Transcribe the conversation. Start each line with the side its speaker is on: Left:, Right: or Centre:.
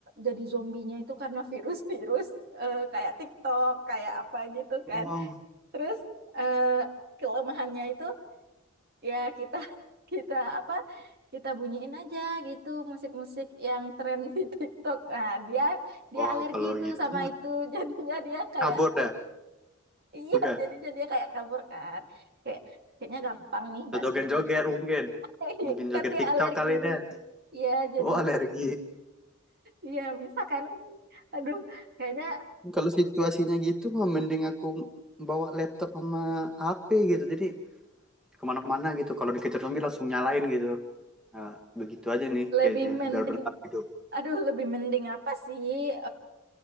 Right: jadi zombinya itu karena virus-virus eh, kayak TikTok, kayak apa gitu kan.
Centre: oh,
Right: Terus eh, kelemahannya itu ya kita <laughs> kita apa kita bunyiin aja gitu musik-musik yang tren di TikTok nah dia dia
Centre: oh
Right: alergi
Centre: kalau
Right: itu
Centre: gitu
Right: sama itu <laughs> jadinya dia kayak
Centre: kabur dah
Right: iya
Centre: bukan
Right: jadinya dia kayak kabur kan kayak kayaknya gampang nih bahas
Centre: joget-joget mungkin
Right: <laughs>
Centre: mungkin
Right: kan
Centre: joget
Right: dia
Centre: TikTok
Right: alergi
Centre: kali dah.
Right: Iya jadinya
Centre: oh alergi
Right: iya bisa kan aduh kayaknya
Centre: Kalau situasinya gitu mah mending aku bawa laptop sama HP gitu. Jadi kemana-mana gitu. Kalau dikejar zombie langsung nyalain gitu. Nah, begitu aja nih
Right: lebih
Centre: kayaknya.
Right: mending
Centre: Biar bertahan hidup.
Right: aduh lebih mending apa sih